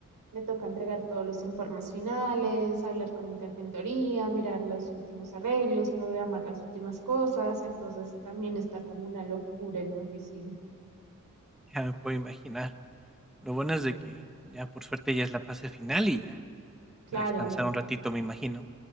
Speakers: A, on the right; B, in the centre.
A: me toca entregar todos los informes finales, hablar con interventoría, mirar los últimos arreglos, programar las últimas cosas. Entonces, también está como una locura en mi oficina.
B: ya me puedo imaginar. Lo bueno es de que ya, por suerte, ya es la fase final y ya,
A: Claro.
B: a descansar un ratito, me imagino.